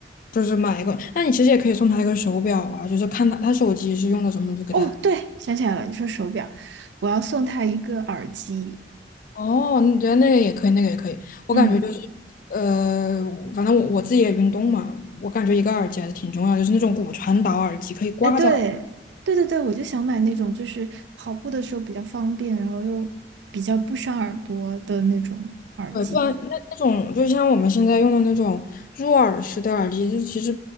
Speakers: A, on the left (about 50°); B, on the right (about 75°).
A: 就是买一个，那你其实也可以送他一个手表啊，就是看他他手机是用的什么，你就给他。
B: 哦，对，想起来了，你说手表，我要送他一个耳机。
A: 哦，你觉得那个也可以，那个也可以。我感觉就是，
B: 嗯，
A: 呃，反正我我自己也运动嘛，我感觉一个耳机还是挺重要，就是那种骨传导耳机可以挂在。
B: 哎，对，对对对，我就想买那种就是跑步的时候比较方便，然后又比较不伤耳朵的那种耳机。
A: 对，不然那那种就像我们现在用的那种入耳式的耳机，就其实